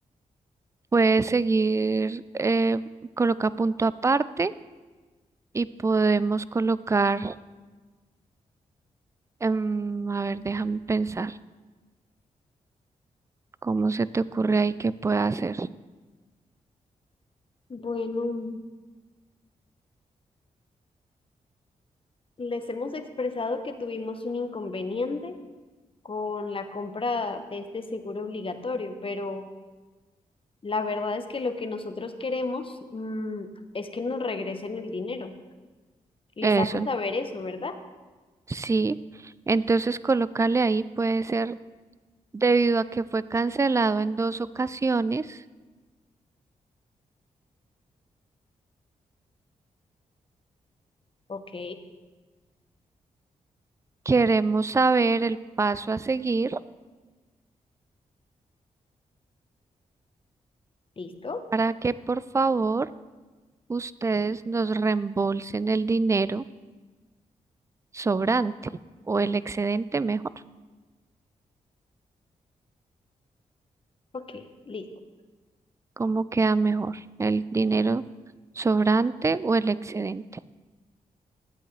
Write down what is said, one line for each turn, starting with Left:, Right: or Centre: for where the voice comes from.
Right: Puede seguir, eh, coloca punto aparte y podemos colocar, em, a ver, déjame pensar, ¿cómo se te ocurre ahí que pueda hacer?
Left: bueno, les hemos expresado que tuvimos un inconveniente con la compra de este seguro obligatorio, pero la verdad es que lo que nosotros queremos, mm, es que nos regresen el dinero. Les
Right: Eso,
Left: hago saber eso, ¿verdad?
Right: sí. Entonces, colócale ahí, puede ser, debido a que fue cancelado en dos ocasiones,
Left: Ok,
Right: queremos saber el paso a seguir
Left: listo.
Right: para que por favor ustedes nos reembolsen el dinero sobrante o el excedente mejor.
Left: Ok, listo.
Right: ¿Cómo queda mejor? ¿El dinero sobrante o el excedente?